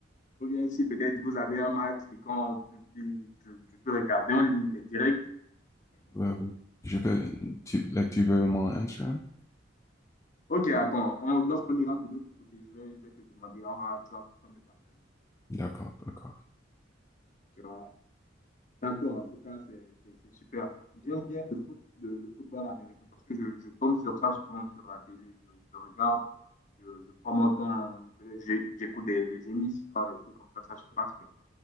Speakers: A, on the left; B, on the left.
A: Ou bien si peut-être vous avez un match et quand on publie, je, je peux regarder en ligne des directs.
B: Ouais, ouais. je peux, tu, like, tu veux mon Instagram?
A: Ok, attends, on, lorsqu'on ira de l'autre côté, je vais, je vais te demander, on va, tu vas, tu vas me partager.
B: D'accord, d'accord.
A: Tu vois. D'accord, en tout cas, c'est c'est- c'est super. J'aime bien le foot, le, le football américain parce que je, je tombe sur ça souvent sur la télé. Je, je regarde, je, je prends mon temps, je- j'écoute des, des émissions, des trucs comme ça, ça se passe bien.